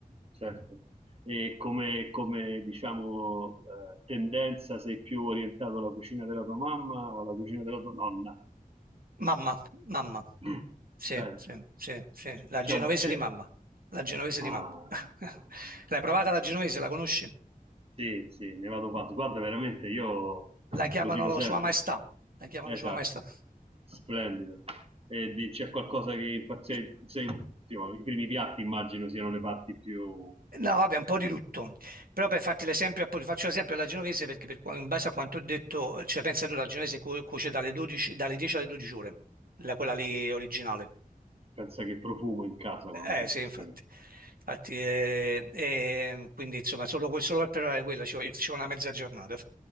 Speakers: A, on the right; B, on the right.
A: Certo. E come, come, diciamo, eh, tendenza sei più orientato alla cucina della tua mamma o alla cucina della tua nonna?
B: Mamma, mamma,
A: <clears throat>
B: sì,
A: Bene,
B: sì, sì, sì, la
A: c'è
B: genovese
A: un... C'è,
B: di mamma, la genovese
A: ma...
B: di mamma. <laughs>
A: ma-
B: L'hai provata
A: ma insomma.
B: la genovese, la conosci?
A: Sì, sì, ne vado pazzo. Guarda, veramente, io
B: La chiamano
A: lo dico sempre.
B: Sua Maestà, la chiamano
A: Esatto,
B: Sua Maestà.
A: splendido. E di- c'è qualcosa che impazzisce,
B: <laughs>
A: i primi piatti immagino siano le parti più...
B: No, vabbè, un po'
A: cioè,
B: di tutto. Però per farti l'esempio, appunto, faccio l'esempio alla genovese perché per qua- in base a quanto ho detto, cioè pensa tu, la genovese cu- cuoce dalle 12, dalle 10 alle 12 ore, la- quella lì originale.
A: pensa che profumo in casa
B: Eh
A: quando c'è
B: sì,
A: questo
B: infatti. Infatti, eh, eh, quindi insomma, solo, que- solo per preparare quella ci vuole, ci vuole una mezza giornata.